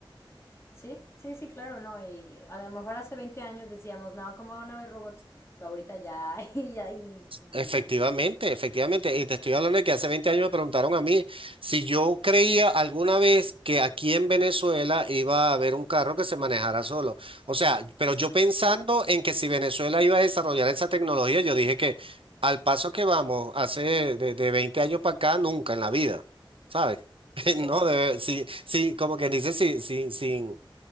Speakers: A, on the left; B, on the right.
A: Sí, sí, sí, claro, ¿no? Y a lo mejor hace 20 años decíamos, no, ¿cómo van a haber robots? Pero ahorita ya, <laughs> y ya, y, y-
B: Efectivamente, efectivamente. Y te estoy hablando de que hace 20 años me preguntaron a mí si yo creía alguna vez que aquí en Venezuela iba a haber un carro que se manejara solo. O sea, pero yo pensando
A: sí,
B: en que si Venezuela iba a desarrollar esa tecnología, yo dije que al paso que vamos, hace de, de 20 años para acá, nunca en la vida, ¿sabes? <laughs>
A: sí,
B: No, de, sí, sí, como que dice, sin, sin, sin,